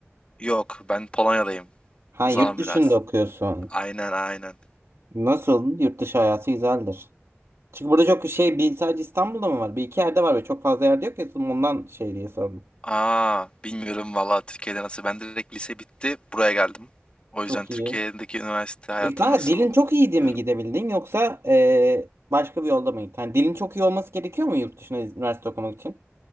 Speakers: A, on the left; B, on the right.
A: Yok ben Polonya'dayım.
B: Ha
A: Uzağım
B: yurt dışında
A: biraz.
B: okuyorsun.
A: Aynen aynen.
B: Nasıl? Yurt dışı hayatı güzeldir. Çünkü burada çok şey bir sadece İstanbul'da mı var? Bir iki yerde var ve çok fazla yerde yok ya. Ondan şey diye sordum.
A: Aa bilmiyorum valla Türkiye'de nasıl. Ben direkt lise bitti buraya geldim. O
B: Çok
A: yüzden Türkiye'deki
B: iyi.
A: üniversite hayatı
B: E kanka
A: nasıl
B: dilin çok iyiydi
A: bilmiyorum.
B: mi gidebildin yoksa e, başka bir yolda mı gittin? Hani dilin çok iyi olması gerekiyor mu yurt dışına üniversite okumak için?